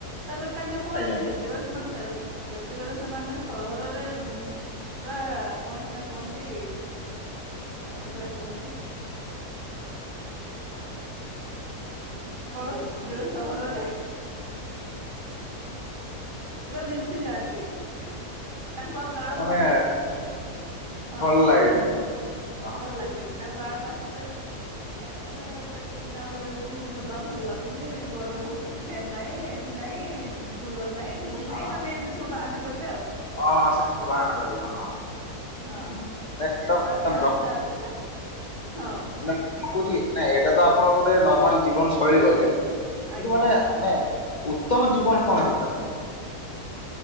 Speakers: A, on the right; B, on the left.
A: ତାପରେ ତାଙ୍କେ ପଳାନ୍ତି
B: ଆଜ୍ଞା ଆଜ୍ଞା
A: ଯେ। ଯେବେଳେ ସେମାନେ <unintelligible> ଯେତେବେଳେ ସେମାନେ ସହରରେ ଉଁ ଆ କଣ ସେଟା କୁହନ୍ତି, କଣ ସେଟା କୁହନ୍ତି? <inaudible> କଣ ଯୋଉ ସହରରେ ପୁରା ମିଶିଯାଆନ୍ତି, ତାଙ୍କୁ ଆଉ ଗାଁ
B: ମାନେ
A: ଭଲ୍ ଲାଗେନି। ହଁ
B: ଭଲ ଲାଗେନି ହଁ
A: ଭଲ୍ ଲାଗେନି ତାଙ୍କୁ ଗାଁକୁ ଆସି ଲେ ଏରେ କେତେ ଦିନ୍ ଆଉ ରହିବୁ ଜମା ଭଲ୍ ଲା ଲୁନି ଗରମ ହଉଚି ଫ୍ୟାନ୍ ନାଇଁ, ଏସି ନାଇଁ, କୁଲର ନାଇଁ, ଟିଭି
B: ହଁ
A: ନାଇଁ
B: ହଁ
A: ମାନେ ଏମିତି ସବୁ ବାହାନା କରିବେ ଆଉ।
B: ହଁ ସେମିତି ବାହାନା କରିବେ ହଁ।
A: ହଁ
B: ହୁଁ। ନାଇଁ ଏଇଟା ମାନେ
A: ତାପରେ ଆସ୍ତେ ଆସ୍ତେ, ହଁ
B: <inaudible> କହୁଚିକି ନା ଏଇଟା ତ ଆପଣ ଗୋଟେ ନର୍ମାଲ ଜୀବନ ଶୈଳୀ କହିଲେ। କିନ୍ତୁ
A: ଆଜ୍ଞା
B: ଗୋଟେ ମାନେ ଉତ୍ତମ ଜୀବନ କଣ ହେଇପାରେ?